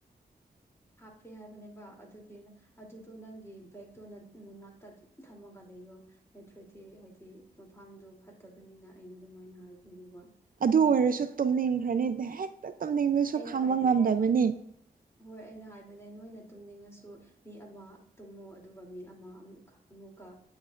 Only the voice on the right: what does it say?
ꯑꯗꯨ ꯑꯣꯏꯔꯁꯨ ꯇꯨꯝꯅꯤꯡꯈ꯭ꯔꯅꯤꯗ ꯍꯦꯛꯇ ꯇꯨꯝꯅꯤꯡꯕꯁꯨ
ꯈꯥꯡꯕ
ꯉꯝꯗꯕꯅꯤ